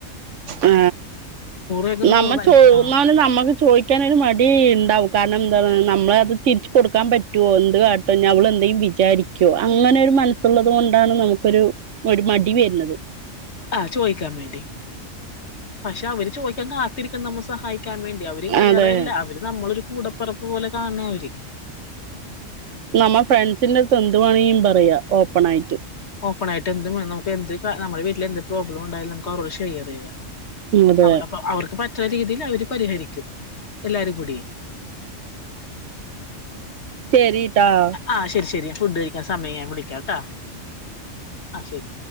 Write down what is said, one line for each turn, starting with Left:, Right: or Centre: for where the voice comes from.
Right: ആ
Left: രൂപക്ക് നൂറിന്
Right: നമ്മ
Left: അനക്ക്
Right: ചോന്നാലും
Left: ആഹ്
Right: നമ്മക്ക് ചോദിക്കാൻരു മടി ഉണ്ടാ ാര എന്ത നമ്മളത് തിരിച്ച കൊടുക്കാൻ പറ്റുമോ എന്ത് കാട്ടോ അവൾ എന്തെങ്കിലും വിചാരിക്കോ അങ്ങനെ ഒരു മനസ്സുള്ളത് കൊണ്ടാണ് നമുക്കൊരു ഒരു മടി വരണത്.
Left: ആ ചോയിക്കാൻ വേണ്ടി പക്ഷെ അവര് ചോയിക്കാൻ കാത്തിരിക്ക നമ്മള് സഹായിക്ക ക്കാൻ വേണ്ടി. അവര് വേറെല്ല
Right: അതെ
Left: അവര് നമ്മളൊരു കൂടപ്പെറപ്പ് പോലെ കാണേയ അവര്.
Right: നമ്മ ഫ്രണ്ട്സിന്റെ അടുത്ത് എന്ത് വേണെങ്കിപറയാ ഓപ്പൺ ആയിട്ട്.
Left: ഓപ്പൺ ആയിട്ട് എന്ത് നമു എന്ത് നമ്മുടെ വീട്ടിലെന്ത് പ്രോബ്ലം ഉണ്ടായാലും നുക്ക് അവരോട് ഷെയർ ചെയ്യാം.
Right: അതെ
Left: അ അപ്പൊ അവർക്ക് പറ്റുന്ന രീതിയിൽ അവര് പരിഹരിക്കും. എല്ലാരും കൂടി.
Right: ശരിട്ടാ
Left: ആ ശരി ശരി. ഫുഡ് കഴിക്കാൻ സമയം ഞാ വിളിക്കാംട്ടാ ആ ശരി.